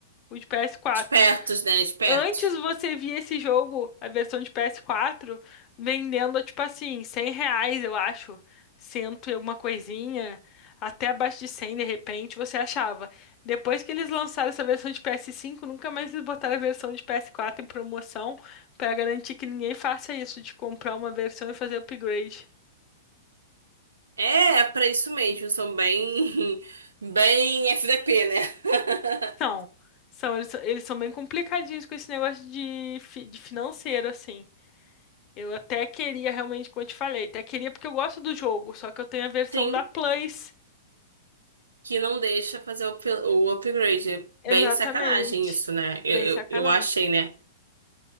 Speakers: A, on the left; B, on the right.
A: o de PS4.
B: Espertos, né? Espertos.
A: Antes você via esse jogo, a versão de PS4, vendendo, tipo assim, 100 reais, eu acho. Cento e alguma coisinha. Até abaixo de 100 de repente, você achava. Depois que eles lançaram essa versão de PS5, nunca mais eles botaram a versão de PS4 em promoção pra garantir que ninguém faça isso, de comprar uma versão e fazer upgrade.
B: É, é pra isso mesmo, são bem, <laughs> bem FDP, né? <laughs>
A: São. São, eles, são- eles são bem complicadinhos com esse negócio de, fi- de financeiro, assim. Eu até queria realmente, como eu te falei, até queria porque eu gosto do jogo, só que eu tenho a versão
B: Sim,
A: da Plus.
B: que não deixa fazer o, up- o upgrade. É Bem
A: Exatamente.
B: sacanagem isso, né? Eu,
A: Bem sacanagem.
B: eu, eu achei, né?